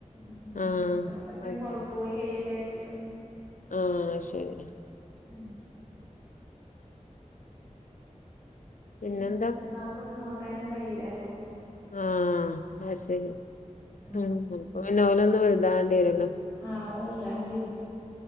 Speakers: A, on the right; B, on the left.
A: ഉം
B: ആഹ്
A: ഓള് കൊർച്ചൊന്ന് പോ പോയി കയ്യെട്ട യാരിച്ച് ഉം
B: ആഹ് ശരി
A: ഉം
B: പിന്നെന്താ
A: പിന്നെ ഇവിടെ ഉമ്മാക്കൊന്നും നോക്കാനൊന്നും കഴിയൂല അപ്പൊ
B: ആഹ് ശരി
A: ആഹ്
B: ഉം ളപ്പൊ പിന്നോലൊന്ന് വൽതാ വേണ്ടിരല്ലോ
A: ആഹ് വൽതാണ്ടിരും